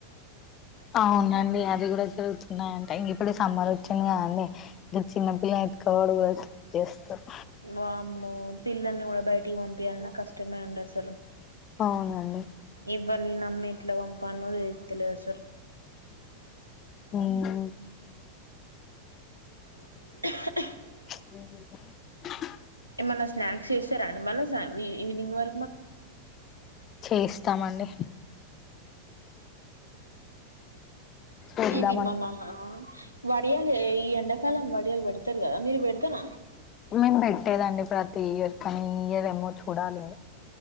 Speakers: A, on the left; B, on the right.
A: అవునండి అది కూడా జరుగుతున్నాయింటే ఇ ఇక్కడే సమ్మర్ వచ్చింది కదండీ ఇగ చిన్నపిల్ల ఎతుకవాడు కూడా చేస్తారు
B: వామ్ము పిల్లల్ని కూడా బయటికి పంపియాలన్న కష్టమే అండి అసలు
A: అవునండి
B: ఎవరిని నమ్మికి లే <inaudible>
A: ఉమ్
B: <unintelligible>
A: లే స <unintelligible>
B: ఏమనా స్నాక్స్ చేసారండి మళ్ళా ఈవినింగ్ వర
A: చేస్తామండి చేద్దామను
B: ఇది మల్లా అహ్ వడియాలు ఈ ఎండాకాలం వడియాలు పెడతారు కదా మీరు పెడతార
A: నేను పెట్టేదండి ప్రతి ఇయర్ కానీ ఈ ఇయర్ ఏమో చూడాలి